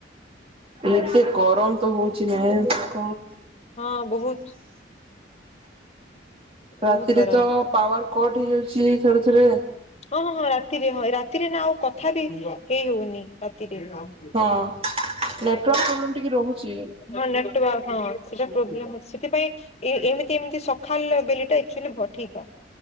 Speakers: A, on the right; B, on the left.
A: ଏତେ ଗରମ ତ ହଉଛି ମ
B: ହଁ ବହୁତ।
A: ରାତିରେ
B: ବହୁତ ଗରମ
A: ତ ପାୱାର କଟ ହେଇଯାଉଛି। ଥରେ ଥରେ
B: ହଁ ହଁ ହଁ ରାତିରେ ହଁ ରାତିରେ ନା ଆଉ କଥା ବି ହେଇ ହଉନି ରାତିରେ <unintelligible>
A: ହଁ। ନେଟୱାର୍କ ପ୍ରୋବ୍ଲେମ୍ ଟିକେ ରହୁଛି।
B: ହଁ ନେଟୱାର୍କ ହଁ ସେଟା ପ୍ରୋବ୍ଲେମ ଅଛି ସେଥିପାଇଁ ଏମିତି ଏମିତି ସକାଳ ବେଲି ଟାଚୁଆଲି ଭଠିକା।